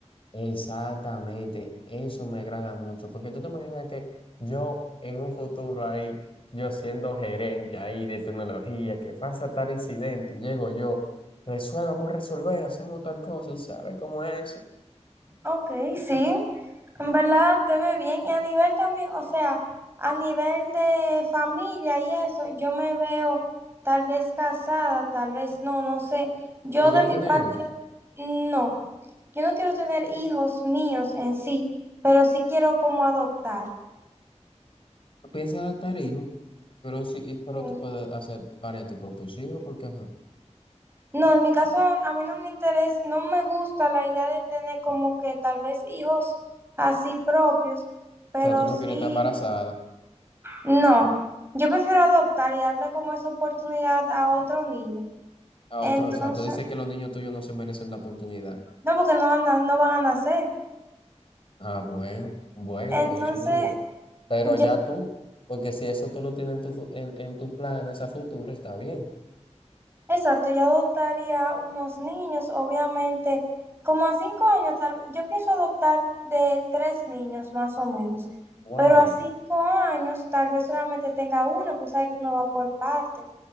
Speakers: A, on the left; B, on the right.
A: Exactamente, eso me agrada mucho, porque tú te imaginas que yo en un futuro ahí, yo siendo gerente ahí de tecnología, que pasa tal incidente y llego yo, resuelva, vamos a resolver, hacemos tal cosa, y sabes cómo es eso.
B: Ok, sí. En verdad te ve bien y a nivel también, o sea, a nivel de familia y eso, yo me veo tal vez casada, tal vez no, no sé. Yo
A: ¿Tú quieres
B: de mi
A: tener
B: parte,
A: hijos?
B: no, yo no quiero tener hijos míos en sí, pero sí quiero como adoptar.
A: ¿Tú piensas adoptar hijos? Pero sí, y- pero
B: Sí.
A: tú puedes hacer para tu propio hijo, porque ajá,
B: No, en mi caso a mí no me interesa, no me gusta la idea de tener como que tal vez hijos así propios, pero
A: O sea, tú no
B: sí.
A: quieres estar embarazada
B: No, yo prefiero adoptar y darle como esa oportunidad a otro niño.
A: a
B: Entonces,
A: otro, o sea, tú dices que los niños tuyos no se merecen la oportunidad.
B: no, porque no, van a- no van a nacer.
A: Ah, bueno, bueno,
B: Entonces,
A: Dios mío. Pero
B: yo,
A: ya tú, porque si eso tú lo tienes en tu, fu- en, en tu plan, esa futura, está bien.
B: exacto, yo adoptaría unos niños, obviamente, como a cinco años, tal vez- yo pienso adoptar de tres niños más o menos,
A: Wow,
B: pero a cinco años tal vez solamente tenga uno, pues sabe que uno va por parte